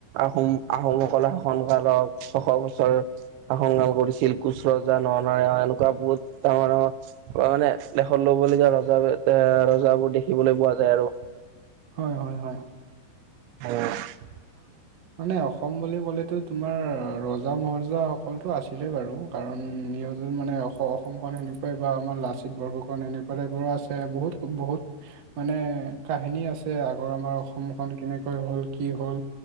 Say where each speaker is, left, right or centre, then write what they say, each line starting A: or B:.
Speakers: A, on the right (about 80°); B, on the right (about 55°).
A: আহোম, আহোমসকলে শাসন কৰা <unintelligible> ছশ বছৰ। আশংকা কৰিছিল কোচ ৰজা নৰনাৰায়ণ এনেকুৱা বহুত ডাঙৰ ডাঙৰ মানে লেখত ল'বলগীয়া ৰজা এ ৰজাবোৰ দেখিবলৈ পোৱা যায় আৰু
B: হয়, হয়, হয়।
A: <unintelligible>
B: মানে, অসম বুলি ক'লেতো, তোমাৰ ৰজা- মহাৰজা সকলতো আছিলে বাৰু। কাৰণ, সিহঁতৰ মানে, অসমখন সেনেকুৱাই। বা আমাৰ লাচিত বৰফুকন <unintelligible> বোৰো আছে, বহুত, বহুত! মানে, কাহিনী আছে। আগৰ, আমাৰ অসমখন কেনেকৈ হ'ল, কি হ'ল?